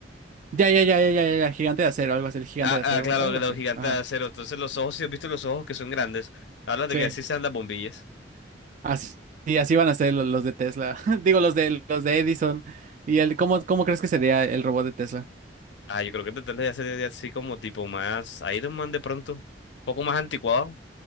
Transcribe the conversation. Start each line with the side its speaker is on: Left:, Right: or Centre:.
Right: Ya, ya, ya, ya, ya, ya, ya, gigante de acero, algo así, el gigante
Left: Ah,
Right: de acero,
Left: ah, claro,
Right: algo
Left: que los
Right: así.
Left: gigantes
Right: Ajá.
Left: de acero. Entonces los ojos, si has visto los ojos que son grandes, hablas
Right: Sí.
Left: de que así se andan bombillas.
Right: Así, sí, así van a ser lo- los de Tesla. <laughs> Digo, los de los de Edison. ¿Y el cómo, cómo crees que sería el robot de Tesla?
Left: Ah, yo creo que tratar de hacer así como tipo más Iron Man de pronto. Un poco más anticuado.